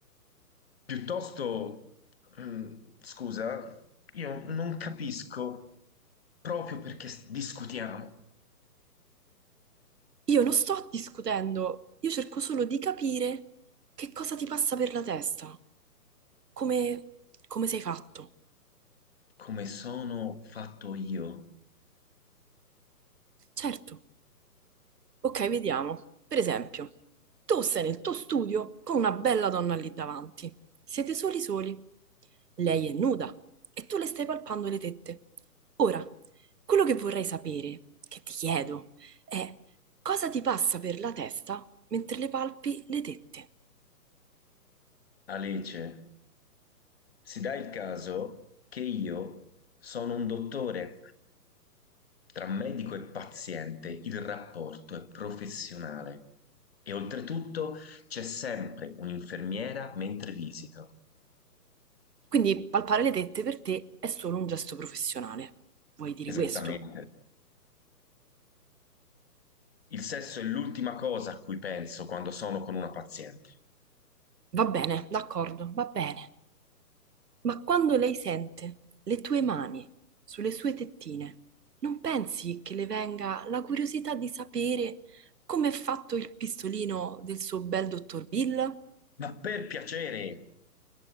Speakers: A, on the left (about 40°); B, on the right (about 70°).
A: Piuttosto, mm, scusa, io non capisco proprio perché s- discutiamo
B: Io non sto discutendo, io cerco solo di capire che cosa ti passa per la testa, come, come sei fatto.
A: come sono fatto io.
B: Certo. Ok, vediamo. Per esempio, tu sei nel tuo studio con una bella donna lì davanti. Siete soli soli. Lei è nuda e tu le stai palpando le tette. Ora, quello che vorrei sapere, che ti chiedo, è cosa ti passa per la testa mentre le palpi le tette?
A: Alice, si dà il caso che io sono un dottore, tra medico e paziente il rapporto è professionale e oltretutto c'è sempre un'infermiera mentre visito.
B: Quindi palpare le tette per te è solo un gesto professionale. Vuoi dire
A: Esattamente.
B: questo?
A: Il sesso è l'ultima cosa a cui penso quando sono con una paziente.
B: Va bene, d'accordo, va bene. Ma quando lei sente le tue mani sulle sue tettine, non pensi che le venga la curiosità di sapere come è fatto il pistolino del suo bel dottor Bill?
A: Ma per piacere!